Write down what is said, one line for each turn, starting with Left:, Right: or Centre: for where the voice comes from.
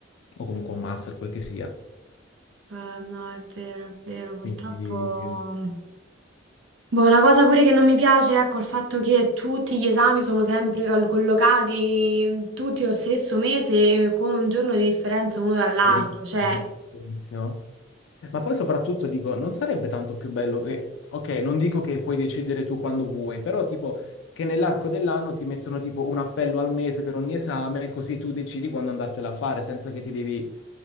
Left: o comunque a un master, quel che sia.
Right: Eh, no, è vero, è vero, purtroppo.
Left: Quindi
Right: Boh, una cosa pure che non mi piace, ecco, il fatto che tutti gli esami sono sempre cal- collocati tutti lo stesso mese eh, con un giorno di differenza uno dall'altro,
Left: Verissimo,
Right: cioè...
Left: verissimo. Ma poi soprattutto dico, non sarebbe tanto più bello che, ok, non dico che puoi decidere tu quando vuoi, però tipo che nell'arco dell'anno ti mettono tipo un appello al mese per ogni esame, così tu decidi quando andartela a fare, senza che ti devi